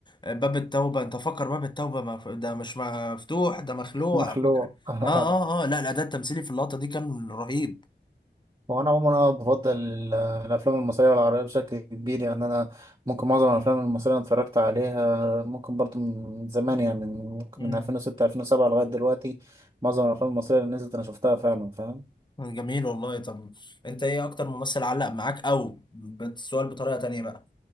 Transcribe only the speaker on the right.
مخلوع
<laughs>
هو انا عموما انا بفضل ال- الافلام المصريه والعربيه بشكل كبير يعني انا ممكن معظم الافلام المصريه أنا اتفرجت عليها ممكن برضو من زمان يعني من ممكن
من 2006 2007 لغايه دلوقتي معظم الافلام المصريه اللي نزلت انا شفتها فعلا فاهم